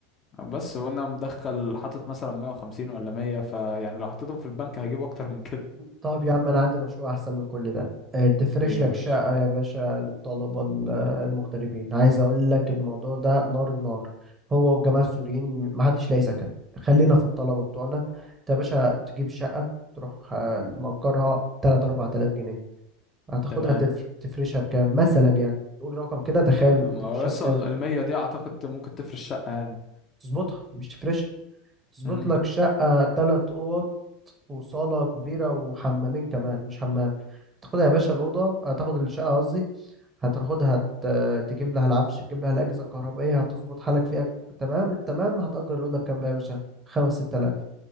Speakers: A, on the left; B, on the right.
A: بس وانا مدخل حاطط مثلا 150 ولا 100 فيعني لو حطيتهم في البنك هجيب اكتر من كده
B: طب يا عم انا عندي مشروع احسن من كل ده آه، تفرش
A: ايه
B: لك
A: يا باشا
B: شقة يا باشا للطلبة ال- آه، المغتربين عايز اقول لك الموضوع ده نار النار هو وجماعة السوريين محدش لاقي سكن خلينا في الطلبة بتوعنا انت يا باشا تجيب شقة تروح آه، مأجرها 3 4000 جنيه هتاخدها
A: تمام
B: تفر- تفرشها بكام مثلا يعني تقول رقم كده تخيل
A: ما ما
B: تفرشها
A: هو يوصل
B: بكام
A: ال 100 دي اعتقد ممكن تفرش شقه يعني
B: تظبطها مش تفرشها تظبط
A: امم
B: لك شقة تلات أوض وصالة كبيرة وحمامين كمان مش حمام تاخدها يا باشا الأوضة هتاخد الشقة قصدي هتاخدها ت- تجيب لها العفش تجيب لها الأجهزة الكهربائية هتظبط حالك فيها تمام التمام هتأجر الأوضة بكام بقى يا باشا خمس ست آلاف